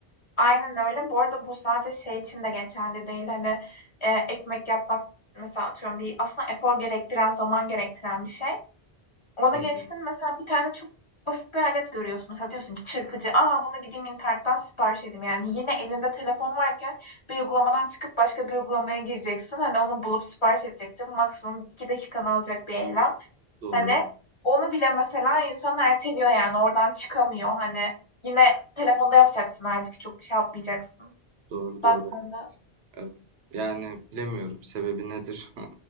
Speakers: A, on the left; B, on the right.
A: Aynen öyle. Bu arada bu sadece şey için de geçerli değil, hani, eee, ekmek yapmak mesela atıyorum bir aslında efor gerektiren, zaman gerektiren bir şey. Onu
B: Hı
A: geçtin
B: hı.
A: mesela bir tane çok basit bir alet görüyorsun. Mesela diyorsun ki çırpıcı. Aa bunu gideyim internetten sipariş edeyim. Yani yine elinde telefon varken bir uygulamadan çıkıp başka bir uygulamaya gireceksin. Hani onu bulup sipariş edeceksin. Maksimum 2 dakikanı alacak bir eylem.
B: Doğru,
A: Hani onu bile mesela insan erteliyor yani oradan çıkamıyor. Hani yine telefonda yapacaksın halbuki çok bir şey yapmayacaksın
B: doğru, doğru,
A: baktığında.
B: doğru. Evet. Yani bilemiyorum sebebi nedir